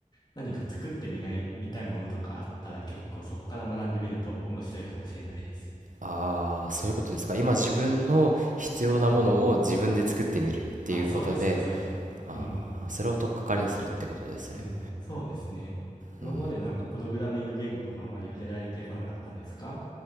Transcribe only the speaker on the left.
何か作ってみない、みたいものとかあったら結構そこから学んでみると面白いかもしれないです。
うん。あ、そうですね、そうです。
うん。うん。そうですね。今までなんかプログラミング言語とかあまり触れられてこなかったんですか